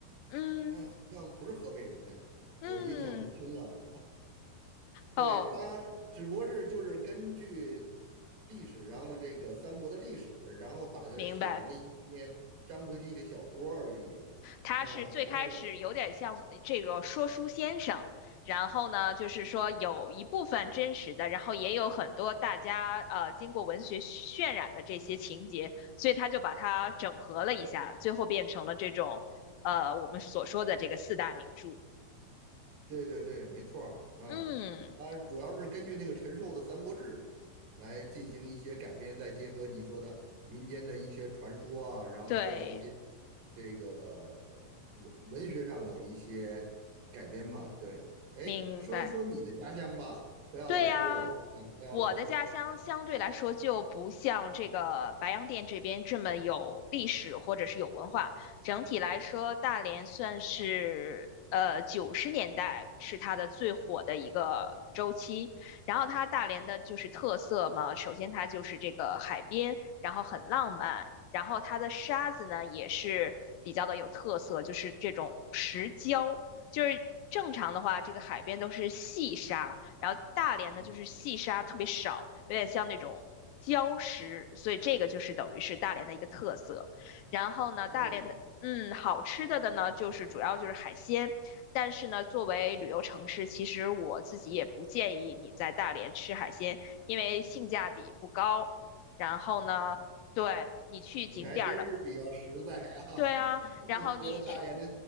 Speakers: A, on the left (about 80°); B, on the right (about 70°).
A: 嗯
B: 哎呀，好像不是河北人呢，
A: 嗯，
B: 我印象不清了，对，
A: 哦，
B: 他只不过是就是根据历史上的这个三国的历史，然后把它写成了一篇张回体的小说而已。
A: 明白。他是最开始有点像呃这个说书先生，
B: 嗯，然后
A: 然后呢，就是说有一部分真实的，然后也有很多大家呃经过文学渲染的这些情节，所以他就把它整合了一下，最后变成了这种呃我们所说的这个四大名著。
B: 对对对，没错儿啊，
A: 嗯，
B: 它主要是根据那个陈寿的《三国志》来进行一些改编，再结合你说的民间的一些传说啊，然后做了一些
A: 对，
B: 这个呃文文学上的一些改编吧。对，哎，
A: 明白。
B: 说一说你的家乡吧，不要老说我的家乡，
A: 对呀，
B: 不要老说
A: 我的家乡相对来说就不像这个白洋淀这边这么有历史或者是有文化。整体来说，大连算是呃九十年代是它的最火的一个周期。然后它大连的就是特色嘛，首先它就是这个海边，然后很浪漫，然后它的沙子呢也是比较的有特色，就是这种石胶。就是正常的话，这个海边都是细沙，然后大连呢就是细沙特别少，
B: 嗯
A: 有点像那种礁石，所以这个就是等于是大连的一个特色。然后呢，
B: 哦你
A: 大连的嗯好吃的的呢，就是主要就是海鲜，但是呢，作为旅游城市，其实我自己也不建议你在大连吃海鲜，因为性价比不高。然后呢，
B: 啊，
A: 对你去景点儿的。
B: 你还真是比较实在啊，
A: 对啊，
B: <laughs>
A: 然后你去
B: 觉得大连的